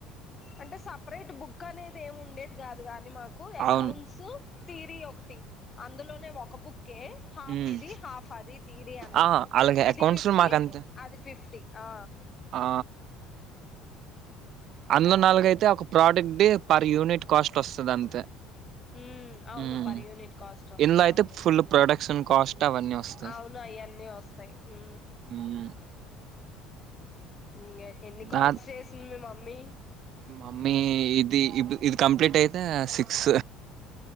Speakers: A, on the left; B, on the right.
A: అంటే సపరేట్ బుక్ అనేది ఏమి ఉండేది కాదు. కానీ మాకు అకౌంట్స్
B: అవును
A: తీరి ఒకటి అందులోనే ఒక బుక్ హాఫ్
B: హ్మ్
A: ఇది హాఫ్ అది తీరి అన్నట్టు
B: ఆ అలాగే
A: ఇది
B: అకౌంట్స్
A: ఫిఫ్టీ
B: లో మాకంతే
A: అది ఫిఫ్ టి ఆ
B: ఆ అందులో నాలుగైతే ఒక ప్రొడక్ట్ పర్ యూనిట్ కాస్ట్ వస్తది అంతే
A: ఉమ్ అవును
B: హ్మ్
A: పర్ యూనిట్ కాస్ట్ వస్తది.
B: ఇందులో అయితే
A: అవును
B: ఫుల్ ప్రొడక్షన్ కాస్ట్ అవన్నీ వస్తాయి
A: అవును అయన్నీ వస్ వస్తయి ఊ
B: హ్మ్
A: ఇంగ ఎన్ని కాల్స్
B: నా
A: చేసింది మీ మమ్మీ
B: మమ్మీ ఇది ఇపుడు ఇది కంప్లీట్ అయితే సిక్స్